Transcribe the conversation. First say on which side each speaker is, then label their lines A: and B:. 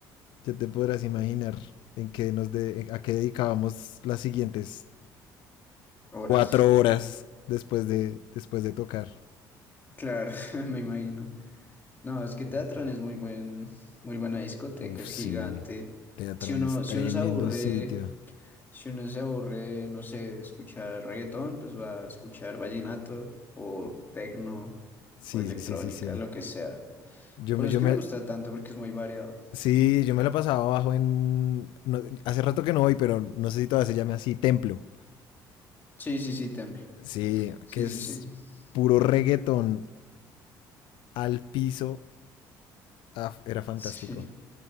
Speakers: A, on the left; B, on the left.
A: ya te podrás imaginar en qué nos de, a qué dedicábamos las siguientes
B: horas.
A: cuatro horas después de, después de tocar.
B: Claro, <laughs> me imagino. No, es que
A: Sí,
B: Teatrón
A: sí, sí.
B: es muy buen, muy buena discoteca,
A: Uf,
B: es
A: sí.
B: gigante.
A: Teatrón
B: Si uno,
A: es tremendo
B: si uno se aburre
A: sitio.
B: Si uno se aburre, no sé, de escuchar reggaetón, pues va a escuchar vallenato o tecno
A: Sí,
B: o electrónica,
A: sí, sí, sí, sí.
B: lo que sea.
A: Yo
B: Por
A: me,
B: eso
A: yo
B: es que
A: me,
B: me gusta tanto porque es muy variado.
A: sí, yo me la pasaba abajo en, no, hace rato que no voy, pero no sé si todavía se llame así, Templo.
B: Sí, sí, sí, Templo.
A: Sí,
B: Sí,
A: que es
B: sí, sí.
A: puro reggaetón al piso. Ah, era fantástico.
B: Sí,